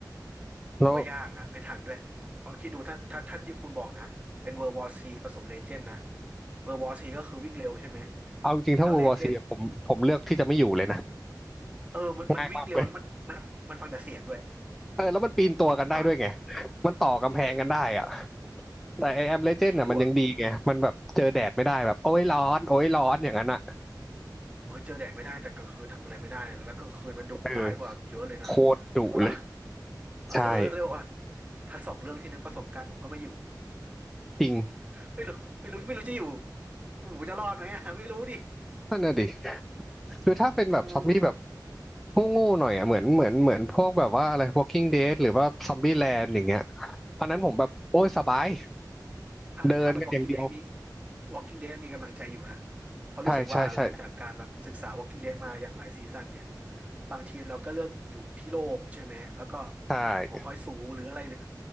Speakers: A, on the right; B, in the centre.
A: ผมว่ายากนะไม่ทันด้วยเพราะคิดดูถ้าถ้าถ้าที่คุณบอกนะเป็นเวอร์วอร์ซีผสมเลเจนด์นะ
B: แล้ว
A: เวอร์วอร์ซีก็คือวิ่งเร็วใช่ไหม
B: เอาจริงๆถ้า
A: แล้วเลเจนด์
B: World War C อะผมผมเลือกที่จะไม่อยู่เลยนะ
A: เออมันมันวิ่งเร็วแล้วมันมันมันฟังแต่เสียงด้วย
B: ง่ายมากเลย เออแล้วมันปีนตัวกันได้ด้วยไง
A: ถูกป่ะ
B: มันต่อกำแพงกันได้อะ
A: เออ
B: แต่ไอแอมเลเจนด์น่ะมันยังดีไงมันแบบเจอแดดไม่ได้แบบโอ้ยร้อนโอ้ยร้อนอย่างนั้นอ่ะ
A: เออแล้วคิดดูอ่ะเออเจอแดดไม่ได้แต่กลางคืนทำอะไรไม่ได้นะแล้วกลางคืนมันดุร้ายกว่าเยอะเลยนะ
B: เออโคตรดุเลย
A: ใช่ปะล่ะเออก็เลยบอกว่า
B: ใช่
A: ถ้าสองเรื่องที่นึกผสมกันผมก็ไม่อยู่
B: จริง
A: ไม่รู้ไม่รู้ไม่รู้จะอยู่อู๋จะรอดไหมอะไม่รู้ดิ <laughs>
B: นั่นน่ะดิคือถ้าเป็นแบบซอมบี้แบบ
A: อู๋
B: โง่ๆหน่อยอ่ะเหมือนเหมือนเหมือนพวกแบบว่าอะไร Walking Dead หรือว่า Zombie Land อย่างเงี้ยอันนั้นผมแบบโอ้ยสบาย
A: ถ้าถ้าเป็น
B: เดินกันอย่างเดียว
A: Walking Dead มี Walking Dead มีกำลังใจอยู่นะ เพราะรู้สึกว่าหลังจากการแบบศึกษา
B: ใช่ใช่ใช่
A: Walking Dead มาอย่างหลายซีซั่นเนี่ย บางทีเราก็เลือกอยู่ที่โล่งใช่ไหม แล้วก็
B: ใช่
A: หอคอยสูงหรืออะไรหรือ